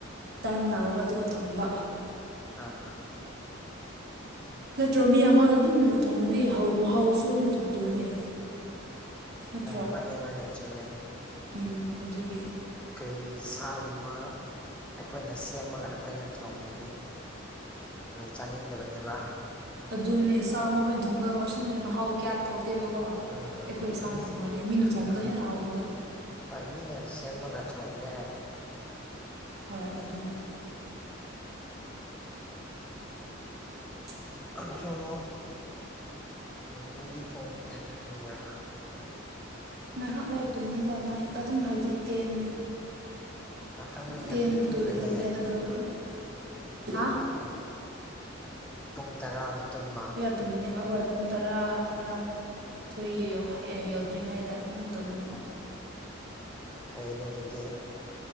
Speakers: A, on the right (about 55°); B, in the centre.
A: ꯇꯥꯏꯝ ꯂꯥꯛꯕ ꯑꯗꯨꯒ ꯊꯣꯡꯕ
B: ꯑ
A: ꯅꯠꯇ꯭ꯔꯣ ꯃꯤ ꯑꯃꯅ ꯑꯗꯨꯝ ꯊꯣꯡꯉꯗꯤ ꯃꯍꯥꯎꯁꯨ ꯑꯗꯨꯝ ꯊꯣꯛꯇꯕꯅꯦ ꯅꯠꯇ꯭ꯔꯣ
B: ꯑꯣ ꯃꯥꯅꯦ ꯃꯥꯅꯦ ꯆꯨꯝꯃꯦ
A: ꯎꯝ ꯑꯗꯨꯒꯤ
B: ꯀꯔꯤ ꯁꯥꯒꯨꯝꯕ ꯑꯩꯈꯣꯏꯅ ꯁꯦꯝꯃꯒ ꯑꯩꯈꯣꯏꯅ ꯊꯣꯡꯉꯗꯤ ꯆꯥꯅꯤꯡꯗꯕꯅꯦꯕ
A: ꯑꯗꯨꯅꯦ ꯆꯥꯛꯃ ꯃꯈꯣꯏꯅ ꯊꯣꯡꯗꯣꯛꯛꯑꯣ ꯑꯁꯕꯅꯦ ꯃꯍꯥꯎ ꯀꯌꯥ ꯊꯣꯛꯇꯦꯕꯀꯣ
B: ꯎꯝ
A: ꯑꯩꯈꯣꯏ ꯏꯁꯥꯅ
B: ꯃꯤ
A: ꯊꯣꯡꯉꯗꯤ ꯃꯤꯅ ꯊꯣꯡꯕꯗꯣ
B: ꯎꯝ
A: ꯍꯦꯟꯅ ꯍꯥꯎꯕꯗꯣ
B: ꯍꯣꯏ ꯃꯤꯅ ꯁꯦꯝꯃꯒ ꯊꯣꯡꯒꯦ
A: ꯍꯣꯏ ꯑꯗꯨꯅꯦ <inaudible>
B: ꯑꯗꯣ ꯅꯪꯗꯤ ꯄꯨꯡ ꯀꯌꯥꯗ ꯇꯨꯝꯕ꯭ꯔꯥ
A: ꯉꯥꯏꯍꯥꯛ ꯂꯩꯔꯥꯛꯛꯇꯨꯝꯅꯤꯗ ꯅꯥꯏꯠ ꯑꯗꯨꯝ ꯍꯥꯏꯕꯗꯤ ꯇꯦꯟ
B: ꯉꯥꯛꯇꯪ ꯂꯩꯒ
A: ꯇꯦꯟ
B: ꯑꯗꯨꯝ ꯇꯨꯝꯈ꯭ꯔꯅꯤꯌꯦ
A: ꯇꯨ ꯑꯦꯂꯚꯦꯟ ꯑꯗꯣ ꯑꯗꯨꯝ ꯍꯥ
B: ꯑꯣ ꯄꯨꯡ ꯇꯔꯥꯗ ꯇꯨꯝꯕ
A: ꯇꯨꯝꯃꯅꯤꯕ ꯑꯩꯈꯣꯏ ꯄꯨꯡ ꯇꯔꯥ ꯇꯔꯥꯃꯥꯊꯣꯏ ꯌꯧꯗ꯭ꯔꯤꯉꯩꯗ ꯑꯗꯨꯝ ꯇꯨꯝꯃꯤꯅꯤ
B: ꯑꯣ ꯐꯩꯅꯦ ꯗꯌꯨꯇꯦ